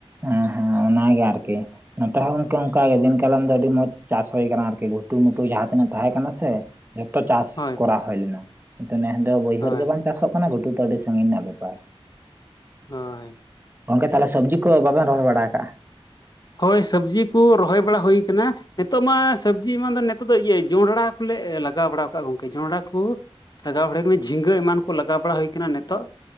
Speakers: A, on the right; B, on the left.
A: ᱦᱮᱸ ᱦᱮᱸ ᱚᱱᱟᱜᱮ ᱟᱨᱠᱤ᱾ ᱱᱚᱛᱮ ᱨᱮ ᱦᱚᱸ ᱜᱚᱝᱠᱮ ᱚᱱᱠᱟ ᱜᱮ ᱫᱤᱱ ᱠᱟᱞᱚᱢ ᱫᱚ ᱟᱹᱰᱤ ᱢᱚᱸᱡᱽ ᱪᱟᱥ ᱦᱩᱭ ᱟᱠᱟᱱᱟ ᱟᱨᱠᱤ ᱜᱷᱩᱴᱩᱢᱩᱴᱩ ᱡᱟᱦᱟᱸ ᱛᱤᱱᱟᱹᱜ ᱛᱟᱦᱮᱸ ᱠᱟᱱᱟ ᱥᱮ᱾ ᱡᱷᱚᱛᱚ ᱪᱟᱥ
B: ᱦᱳᱭ
A: ᱠᱚᱨᱟᱣ ᱦᱩᱭ ᱞᱮᱱᱟ ᱠᱤᱱᱛᱩ ᱱᱮᱥ ᱫᱚ ᱵᱟᱹᱭᱦᱟᱹᱲ
B: ᱦᱳᱭ
A: ᱜᱮ ᱵᱟᱝ ᱪᱟᱥᱚᱜ ᱚᱱᱟ ᱜᱷᱩᱴᱩ ᱫᱚ ᱟᱹᱰᱤ ᱥᱟᱺᱜᱤᱧ ᱨᱮᱱᱟᱜ ᱵᱮᱯᱟᱨ
B: ᱦᱚᱭ᱾
A: ᱜᱚᱝᱠᱮ ᱛᱟᱦᱞᱮ ᱥᱚᱵᱽᱡᱤ ᱠᱚ ᱵᱟᱵᱮᱱ ᱨᱚᱦᱚᱭ ᱵᱟᱲᱟ ᱟᱠᱟᱜᱼᱟ
B: ᱦᱳᱭ ᱥᱚᱵᱽᱡᱤ ᱠᱚ ᱨᱚᱦᱚᱭ ᱵᱟᱲᱟ ᱦᱩᱭ ᱟᱠᱟᱱᱟ᱾ ᱱᱤᱛᱚᱜ ᱢᱟ ᱥᱚᱵᱽᱡᱤ ᱢᱟ ᱫᱚ ᱱᱤᱛᱚᱜ ᱫᱚ ᱤᱭᱟᱹ ᱡᱚᱸᱱᱰᱨᱟ ᱠᱚᱞᱮ ᱞᱟᱜᱟᱣ ᱵᱟᱲᱟᱣ ᱠᱟᱜ ᱜᱚᱢᱠᱮ ᱡᱚᱱᱰᱨᱟ ᱠᱚ- ᱞᱟᱜᱟᱣ ᱵᱟᱲᱟ ᱟᱠᱟᱱᱟ ᱡᱷᱤᱸᱜᱟᱹ ᱮᱢᱟᱱ ᱠᱚ ᱞᱟᱜᱟᱣ ᱵᱟᱲᱟ ᱦᱩᱭ ᱟᱠᱟᱱᱟ ᱱᱤᱛᱚᱜ